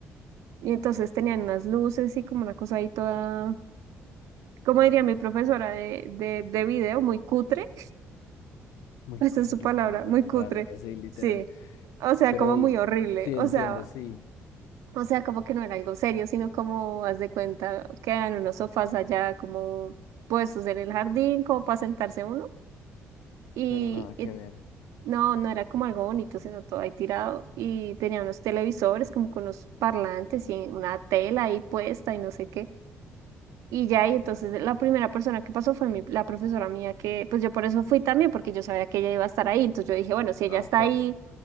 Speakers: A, on the right (about 80°); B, on the left (about 85°).
A: Y entonces tenían unas luces y como una cosa ahí toda como diría mi profesora de, de, de video, muy cutre, <laughs>
B: Muy
A: esa
B: cutre,
A: es su
B: qué
A: palabra,
B: palabra
A: muy
B: tan
A: cutre,
B: rara, así literal.
A: sí, o sea,
B: Pero
A: como
B: el-
A: muy horrible,
B: sí, entiendo,
A: o sea,
B: sí,
A: o sea, como que no era algo serio, sino como, haz de cuenta, quedan unos sofás allá como puestos en el jardín, como para sentarse uno, y,
B: pero nada que
A: y
B: ver.
A: no, no era como algo bonito, sino todo ahí tirado, y tenía unos televisores como con unos parlantes y una tela ahí puesta y no sé qué. Y ya, y entonces la primera persona que pasó fue mi, la profesora mía, que pues yo por eso fui también, porque yo sabía que ella iba a estar ahí. Entonces yo dije, bueno, si ella
B: Ah,
A: está
B: ok, en
A: ahí,